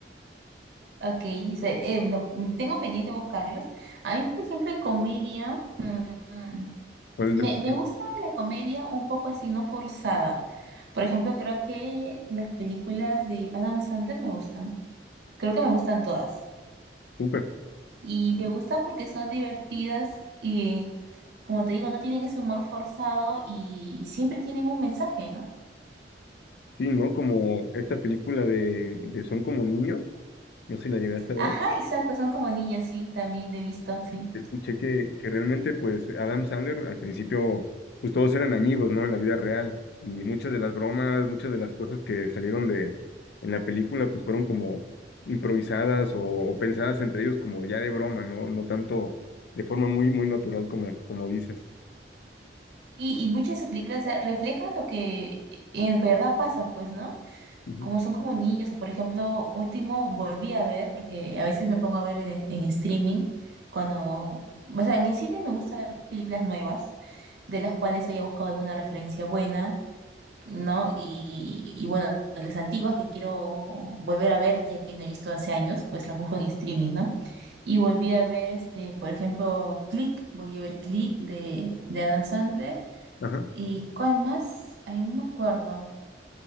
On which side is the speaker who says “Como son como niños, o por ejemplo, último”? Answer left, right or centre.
Right